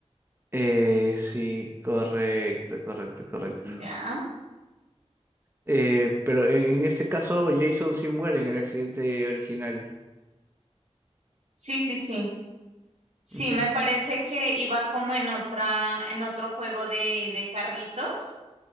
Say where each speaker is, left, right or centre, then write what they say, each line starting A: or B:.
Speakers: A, on the right; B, on the right.
A: Eh, sí, correcto, correcto, correcto.
B: Ya.
A: Eh, pero en en este caso Jason sí muere en el accidente original.
B: Sí, sí, sí. Sí,
A: Ujú.
B: me parece que iba como en otra, en otro juego de, de carritos,